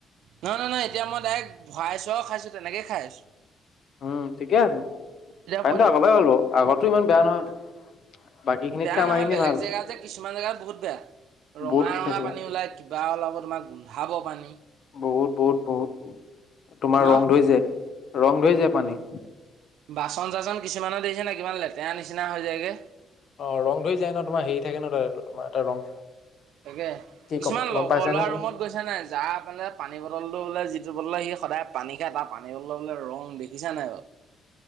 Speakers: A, on the right; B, on the left.
A: নহয় নহয় এতিয়া মই ডাইৰেক্ট ভৰাইছোঁ আৰু খাইছোঁ তেনেকে খাই আছোঁ।
B: উম ঠিকে আছে পানীটো
A: পোৱা নাই
B: আগৰ পৰাই গ'ল আগৰটো ইমান বেয়া নহয়। বাকী খিনিতকে
A: বেয়া
B: আমাৰ
A: নহয়
B: খিনি
A: বেলেগ
B: ভাল
A: জেগা যে কিছুমান জেগাত বহুত। ৰঙা
B: বহুত
A: ৰঙা
B: খেচেৰা
A: পানী ওলাই কিবা ওলাব তোমাক গোন্ধাব পানী।
B: বহুত বহুত বহুত তোমাৰ
A: ন
B: ৰং ধৰি যায় ৰং ধৰি যায় পানী।
A: বাচন চাচন কিছুমানৰ দেখিছানে কিমান লেতেৰা নিচিনা হৈ যায়গে।
B: অ ৰং ধৰি যায় নহ তোমাৰ হেৰি থাকে নহ তাৰ এইটো তোমাৰ এটা ৰং।
A: তাকে
B: কি
A: কিছুমান
B: ক গম
A: লগৰ
B: পাইছা
A: ল'ৰা
B: ন কি
A: ৰুমত গৈছে নাই যাৰ মানে পানী বটলটো বোলে। বলে সি সদায় পানী খাই তাৰ পানী বটলৰ বোলে ৰং দেখিছা নাই বাৰু।